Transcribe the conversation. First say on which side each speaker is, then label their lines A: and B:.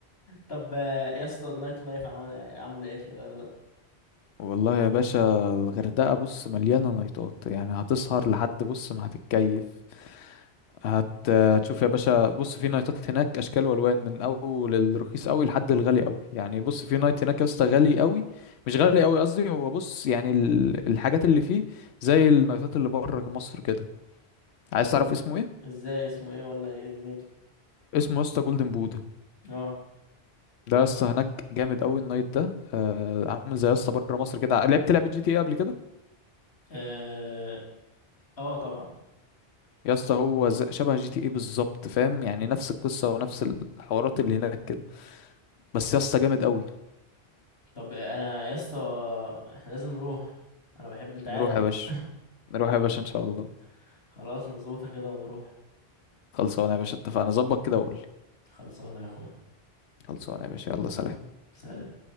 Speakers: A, on the left; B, on the left.
A: طب آه، يا اسطى النايت لايف عمل عامله ايه في الغردقه
B: والله يا باشا الغردقة بص مليانة نايتات يعني هتسهر لحد بص ما هتتكيف هت هتشوف يا باشا بص في نايتات هناك اشكال والوان من اول الرخيص قوي لحد الغالي قوي يعني بص في نايت هناك يا اسطى غالي قوي مش غالي قوي قصدي هو بص يعني ال- الحاجات اللي فيه زي النايتات اللي بره مصر كده عايز
A: اه
B: تعرف اسمه ايه
A: ازاي اسمه ايه ولا ايه دنيته
B: اسمه يا اسطى جولدن بودا
A: اه
B: ده يا اسطى هناك جامد قوي النايت ده آه عامل زي يا اسطى بره مصر كده لعبت لعبه جي تي ايه قبل كده
A: اه آه طبعا
B: يا اسطى هو ز- شبه جي تي ايه بالظبط فاهم يعني نفس القصه ونفس الحوارات اللي هناك كده بس يا اسطى جامد قوي
A: طب انا يا اسطى احنا لازم نروح انا بحب انت عارف
B: نروح يا باشا نروح يا باشا ان شاء الله
A: <laughs> خلاص نظبطها كده ونروح
B: خلصانه يا باشا اتفقنا ظبط كده وقول لي
A: خلصانه يا اخويا
B: خلصانه يا باشا يلا سلام
A: سلام